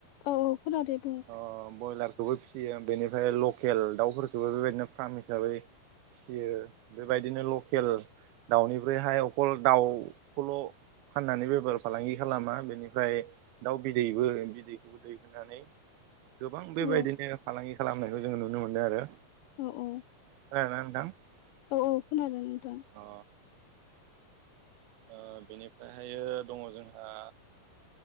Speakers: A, on the left (about 80°); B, on the right (about 80°).
A: औ खोनादों।
B: अ ब्रयलारखौबो फिसियो बेनिफ्राय लकेल दाउफोरखौबो बेबायदिनो फार्म हिसाबै फियो बेबायदिनो लकेल दाउनिफ्रायहाय अख दाउखौल' फाननानै बेबहार फालांगि खालामा बेनिफ्राय दाउ बिदैबो बिदैखौबो दै होनानै गोबां बेबायदिनो
A: औ
B: फालांगि खालामनायखौ जों नुनो मोनदों आरो
A: औ औ
B: <unintelligible>
A: औ औ खोनादों नोंथां।
B: अ ओ बेनिफ्रायहायो दङ जोंहा